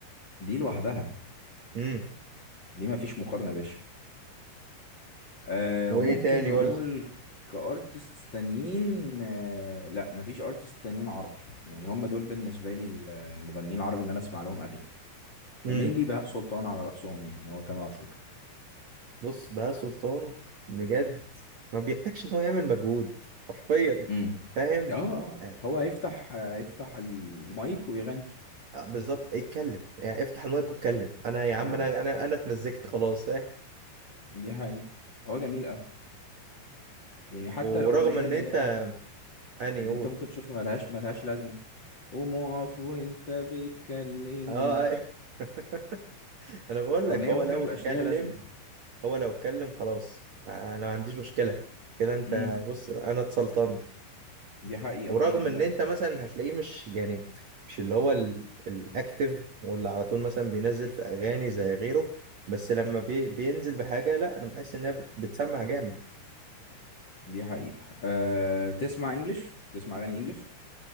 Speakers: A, on the left; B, on the right.
A: دي لوحدها
B: امم
A: دي ما فيش مقارنة يا باشا أه
B: وإيه
A: وممكن
B: تاني
A: نقول
B: قول
A: كارتست تانيين أه لا ما فيش ارتست تانيين عربي يعني هم دول بالنسبة لي المغنيين العربي اللي انا اسمع لهم اغاني. ومينلي
B: امم
A: بهاء سلطان على رأسهم يعني هو تامر عاشور
B: بص بقى سلطان بجد ما بيحتاجش إن هو يعمل مجهود حرفيا
A: امم
B: فاهم
A: اه آه.
B: آه،
A: هو هيفتح هيفتح المايك ويغني
B: آه، بالظبط اتكلم يعني افتح المايك واتكلم أنا يا عم
A: اه
B: أنا أنا أنا اتمزجت خلاص فاهم
A: دي حقيقة هو جميل قوي يعني حتى الأغنية
B: ورغم إن
A: اللي
B: أنت
A: هي
B: أني
A: اللي
B: قول
A: انت ممكن تشوفها ملهاش ملهاش لازمة قوم اقف وانت بتكلمني
B: أه آه. <laughs> أنا بقول
A: أغنية
B: لك هو
A: ممكن
B: لو
A: مبقاش
B: اتكلم
A: ليها لازمة
B: هو لو اتكلم خلاص انا ما عنديش مشكله كده انت
A: امم
B: بص انا اتسلطنت
A: دي حقيقة
B: ورغم
A: هو جميل
B: ان
A: قوي
B: انت مثلا هتلاقيه مش يعني مش اللي هو ال- الاكتف واللي على طول مثلا بينزل في اغاني زي غيره بس لما بي بينزل بحاجه لا انا بحس انها بت- بتسمع جامد
A: دي حقيقة أه بتسمع انجلش بتسمع اغاني انجلش